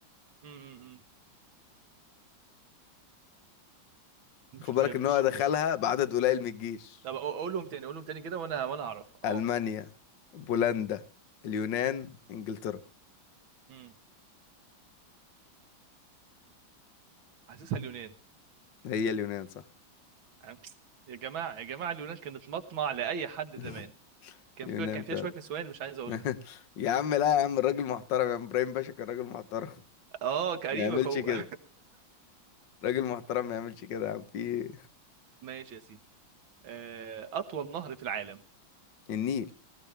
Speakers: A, on the right (about 80°); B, on the left (about 65°).
A: امم مش
B: خد بالك
A: م-
B: إن
A: مش
B: هو دخلها
A: مش
B: بعدد قليل من الجيش
A: طب أق- اقولهم تاني اقولهم تاني كده وانا وانا اعرف اه
B: ألمانيا بولندا اليونان إنجلترا
A: امم حاسسها اليونان
B: هي اليونان صح
A: عم- يا جماعه يا جماعه اليونان كانت مطمع لاي حد
B: <laughs>
A: زمان كان
B: اليونان
A: فيها كان فيها شويه نسوان مش عايز اقول
B: <laughs>
A: لك
B: يا عم لا يا عم الراجل محترم يا عم ابراهيم باشا كان راجل محترم <laughs>
A: اه قريبك
B: ما يعملش
A: هو
B: كده راجل محترم ما يعملش كده يا عم في إيه؟
A: <laughs> ماشي يا سيدي آه، اطول نهر في العالم
B: النيل